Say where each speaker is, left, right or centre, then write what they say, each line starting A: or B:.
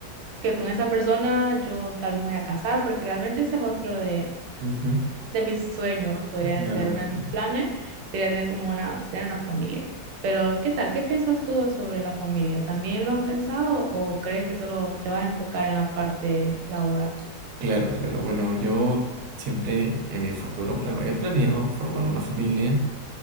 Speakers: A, on the right (about 85°); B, on the right (about 70°).
A: que con esa persona yo tal vez me voy a casar, porque realmente ese es otro de,
B: Ujú,
A: de mis sueños, podría
B: Claro,
A: ser uno
B: claro.
A: de mis planes, sería tener como una, tener una familia. Pero, ¿qué tal? ¿Qué piensas tú sobre la familia? ¿También lo has pensado o crees que solo te vas a enfocar en la parte laboral?
B: Claro, claro. Bueno, yo siempre en mi futuro, claro, he planeado formar una familia,